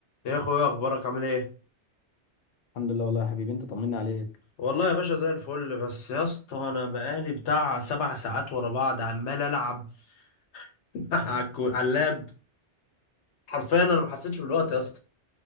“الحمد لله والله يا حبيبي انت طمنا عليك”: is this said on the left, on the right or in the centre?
Left